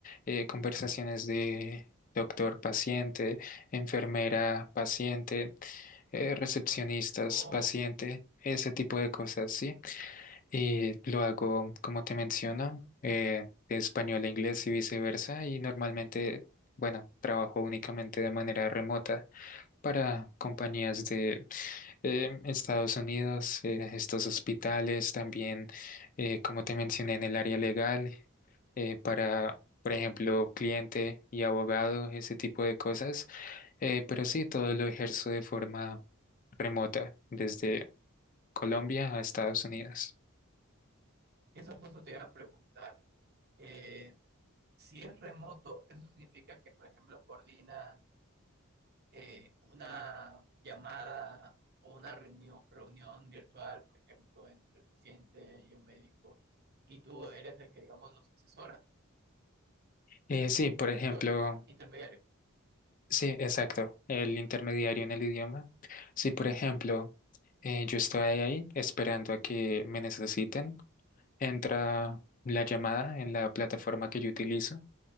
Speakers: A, on the left; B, on the right.
A: eh, conversaciones de doctor-paciente, enfermera-paciente, eh, recepcionistas-paciente,
B: Oh,
A: ese tipo de cosas, sí. Y lo hago, como te menciono, eh, de español a inglés y viceversa. Y normalmente, bueno, trabajo únicamente de manera remota para compañías em, Estados Unidos, eh, estos hospitales también, eh, como te mencioné, en el área legal, eh, para, por ejemplo, cliente y abogado, ese tipo de cosas. Eh, pero sí, todo lo ejerzo de forma remota, desde Colombia a Estados Unidos.
B: eso justo te iba a preguntar. Eh, si es remoto, eso significa que, por ejemplo, coordinan eh, una llamada o una reunión, reunión virtual, por ejemplo, entre el paciente y un médico, y tú eres el que, digamos, los asesora,
A: Eh, sí, por
B: o mejor
A: ejemplo,
B: dicho, el intermediario.
A: sí, exacto, el intermediario en el idioma. Sí, por ejemplo, eh, yo estoy ahí esperando a que me necesiten. Entra la llamada en la plataforma que yo utilizo,